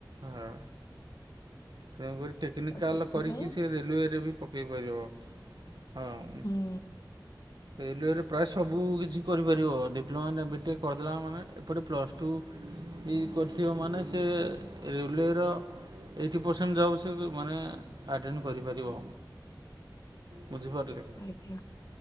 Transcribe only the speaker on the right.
ହଁ। ତାପରେ ଟେକ୍ନିକାଲ୍
କରିକି ସେ ରେଲୱେ ରେ ବି ପକେଇ ପାରିବ। ହଁ,
ରେଲୱେ ରେ ପ୍ରାୟ ସବୁ କିଛି କରିପାରିବ। ଡିପ୍ଲୋମା ନେ ବିଟେକ୍ କରିଦେଲା ମାନେ ଏପଟେ ପ୍ଲସ୍ ଟୁ ବି କରିଥିବ ମାନେ ସେ ରେଲୱେ ର <inaudible> ପରସେଣ୍ଟ୍ ଯା ହଉ ସିଏ ବି ମାନେ ଆଟେଣ୍ଡ କରିପାରିବ। ବୁଝିପାରିଲେ?